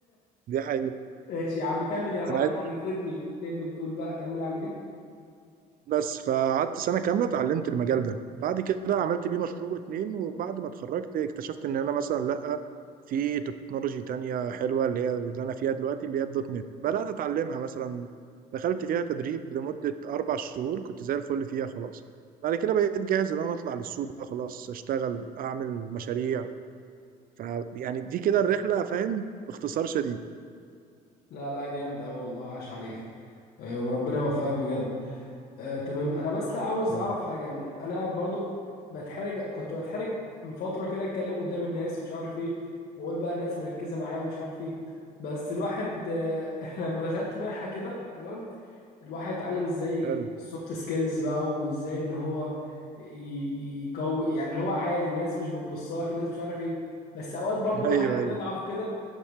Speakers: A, on the right; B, on the left.
A: <laughs> دي حقيقه
B: <laughs> ماشي يا عم كمل يا رائع
A: انا عايز
B: يعني فدني فدني بتقول بقى كمل اعمل ايه
A: بس فقعدت سنة كاملة اتعلمت المجال ده بعد كده عملت بيه مشروع واتنين وبعد ما اتخرجت اكتشفت ان انا مثلا لأ في تكنولوجي تانية حلوة اللي هي اللي انا فيها دلوقتي اللي هي الدوت نت بدأت اتعلمها مثلا دخلت فيها تدريب لمدة أربع شهور كنت زي الفل فيها خلاص بعد كده بقيت جاهز ان انا اطلع للسوق بقى خلاص اشتغل اعمل مشاريع ف يعني دي كده الرحلة فاهم باختصار شديد
B: لا لا جامد قوي والله عاش عليك آه، وربنا يوفقك بجد آه، تمام انا بس عاوز
A: نعم.
B: اعرف حاجه يعني انا برضو بتحرج كنت بتحرج من فتره كده اتكلم قدام الناس مش عارف ايه واقول بقى الناس مركزه معايا ومش عارف ايه بس الواحد آه، <laughs> لما دخلت منحه كده تمام الواحد اتعلم ازاي
A: حلو
B: السوفت سكيلز بقى وازاي ان هو ي- يقوي يعني اللي هو عادي الناس مش بتبص لك الناس مش عارف ايه بس اوقات برضو
A: ايوه
B: الواحد
A: ايوه
B: بيضعف كده